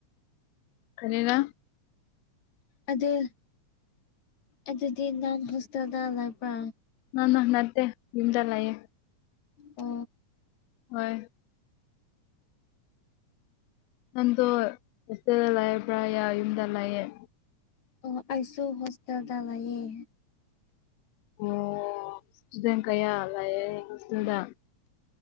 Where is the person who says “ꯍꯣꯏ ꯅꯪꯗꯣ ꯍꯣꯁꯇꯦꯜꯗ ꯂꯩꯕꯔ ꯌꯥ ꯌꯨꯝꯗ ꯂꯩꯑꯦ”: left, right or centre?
Left